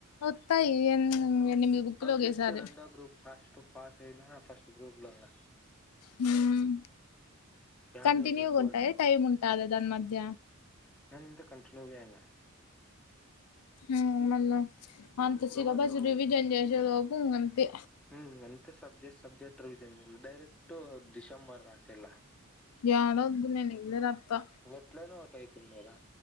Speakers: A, on the left; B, in the centre.
A: ఒత్తాయి ఎనిమి ఎనిమిది బుక్కులు
B: అవి
A: ఒకేసారే
B: జస్ట్ రెండో గ్రూప్ ఫస్ట్ పాస్ అయినా ఫస్ట్ గ్రూప్ లో ఉన్న.
A: హ్మ్
B: యాదో
A: కంటిన్యూ
B: ఒకటి ఎక్కువ
A: ఉంటయా, టైమ్ ఉంటాదా దాని మధ్య?
B: అంతా కంటిన్యూగే అమ్మ
A: మ్మ్ మళ్ళ మంత్ సిలబస్
B: రోజు రోజు
A: రివిజన్ చేసేలోపు ఉఁ అంతే
B: మ్మ్ అంతే subject subject revision direct December రాసెయ్యాలా.
A: యాడొద్దు నేను ఇప్పుడే రాత్తా
B: ఎట్లనో ఐపోయింది గదా